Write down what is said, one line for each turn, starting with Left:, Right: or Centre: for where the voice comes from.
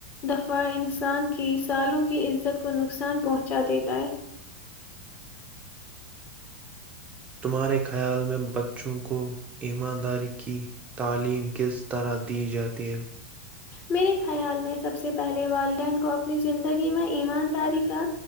Left: دفعہ انسان کی سالوں کی عزت کو نقصان پہنچا دیتا ہے
Right: تمہارے خیال میں بچوں کو ایمانداری کی تعلیم کس طرح دی جاتی ہے
Left: میرے خیال میں سب سے پہلے والدین کو اپنی زندگی میں ایمانداری کا